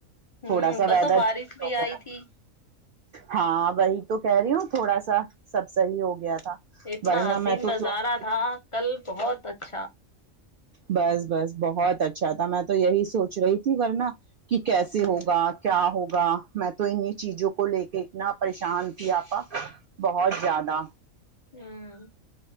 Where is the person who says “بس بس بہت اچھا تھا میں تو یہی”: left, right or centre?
Right